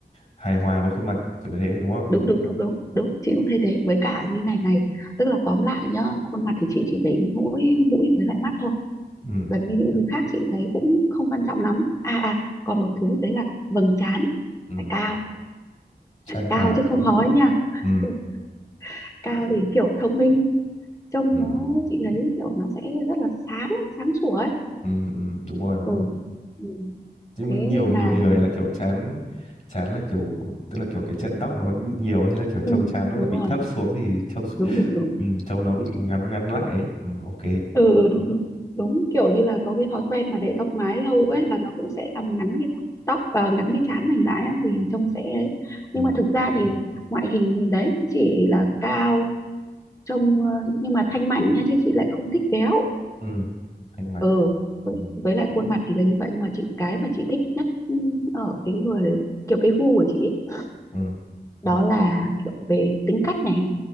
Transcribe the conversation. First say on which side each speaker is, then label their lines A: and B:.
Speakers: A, on the left (about 45°); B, on the left (about 20°).
A: hài hòa với khuôn mặt kiểu như thế đúng không
B: đúng đúng đúng đúng đúng chị cũng thấy thế với cả như này này tức là tóm lại nhá khuôn mặt thì chị chỉ để ý mỗi mũi với lại mắt thôi
A: ừ
B: gần như những thứ khác chị thấy cũng không quan trọng lắm à à còn một thứ đấy là vầng trán
A: ừ
B: phải cao
A: trán cao
B: cao chứ không hói nha
A: ừ
B: <laughs> cao thì kiểu thông minh trông
A: ừ
B: nó chị thấy kiểu nó sẽ rất là sáng ấy, sáng sủa ấy
A: ừ ừ đúng rồi đúng
B: ừ.
A: rồi
B: ừ
A: chứ
B: thế
A: nhiều
B: nên
A: nhiều
B: là
A: người là kiểu chán chán là kiểu tức là kiểu cái chân tóc nó bị nhiều hay là kiểu
B: ừ,
A: trông chán nó
B: đúng
A: lại bị
B: rồi
A: thấp xuống thì trông
B: đúng
A: <laughs>
B: đúng đúng
A: ừ, trông nó bị ngắn ngắn lại ấy. Ừ, ok
B: ừ, ừ đúng đúng đúng kiểu như là có cái thói quen mà để tóc mái lâu ấy là nó cũng sẽ làm ngắn cái tóc ờ, ngắn cái trán mình lại á, thì trông sẽ ấy
A: ừ,
B: nhưng mà thực ra thì ngoại hình thì đấy chỉ là cao trông ờ, nhưng mà thanh mảnh nha chứ chị lại không thích béo
A: ừ, thanh mạch
B: ừ với,
A: ừ,
B: với lại khuôn mặt thì là như vậy nhưng mà chị cái mà chị thích nhất ừ, ở cái người kiểu cái gu của chị ấy,
A: ừ,
B: đó là kiểu về tính cách này